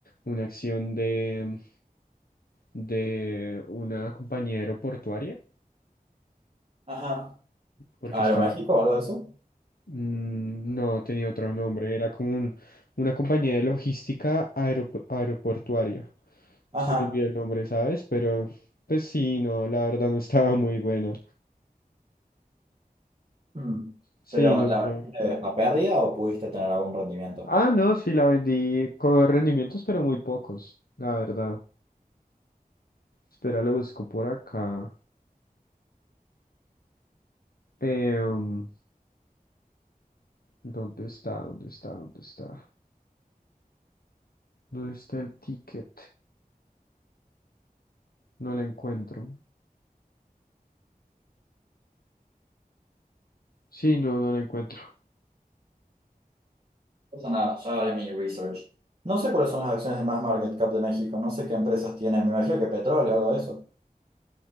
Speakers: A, on the left; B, on the right.
A: una acción de, de una compañía aeroportuaria,
B: Ajá,
A: porque
B: ¿Aeroméxico
A: está
B: o algo de eso?
A: Mm, No, tenía otro nombre, era como un- una compañía de logística aeropu- aeroportuaria.
B: ajá.
A: Se me olvidó el nombre, ¿sabes? Pero pues sí, no, la verdad no estaba muy buena.
B: Mm.
A: Sí,
B: Pero
A: no
B: la
A: era.
B: verdad, ¿a pérdida o pudiste tener algún rendimiento?
A: Ah,
B: No
A: no, sí, la vendí con rendimientos, pero muy pocos, la verdad. Espera, lo busco por acá. Em, ¿dónde está? ¿Dónde está? ¿Dónde está? ¿Dónde está el ticket? No la encuentro. Sí, no, no la encuentro.
B: pasa nada, ya haré mi research. No sé cuáles son las acciones de más market cap de México, no sé qué empresas tienen, me imagino que petróleo o algo de eso.